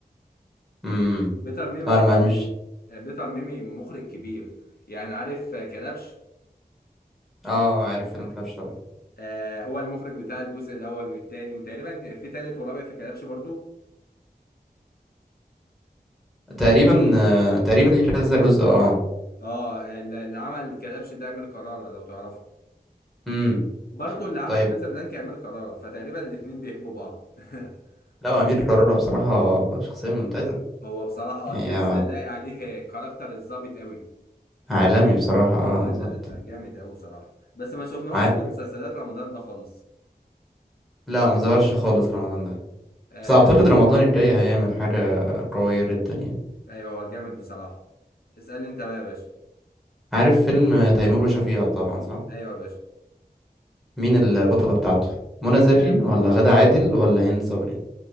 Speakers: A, in the centre; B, on the left.
A: امم
B: بيتر ميمي
A: انا
B: اصلا
A: ما مش
B: آه، بيتر ميمي مخرج كبير يعني عارف آه، كلبش
A: اه عارف فيلم فلاش طبعا
B: آه هو المخرج بتاع الجزء الاول والتاني وتقريبا كان في تالت ورابع في كلبش برضو
A: تقريبا آه، تقريبا ليه كذا جزء اه
B: اه ال- اللي عمل كلبش ده امير كرارة لو تعرفه
A: امم
B: برضو اللي عمل
A: طيب
B: كازابلانكا امير كرارة فتقريبا الاتنين بيحبوا بعض <laughs>
A: لا امير كرارة بصراحه شخصيه ممتازه
B: هو بصراحة
A: هي
B: اه تحس لاقي عليه كاركتر الظابط قوي
A: عالمي بصراحه
B: اه
A: اه
B: ب- لا
A: بالظبط
B: لا جامد قوي بصراحة بس ما شفناهوش
A: عار...
B: في مسلسلات رمضان ده خالص
A: لا ما ظهرش خالص رمضان ده
B: آه
A: بس اعتقد رمضان الجاي هيعمل حاجة قوية جدا يعني
B: ايوه هو جامد بصراحة اسألني انت بقى يا باشا
A: عارف فيلم تيمور وشفيقة طبعا صح
B: ايوه يا باشا
A: مين البطلة بتاعته منى زكي
B: آه
A: ولا غادة عادل ولا هند صبري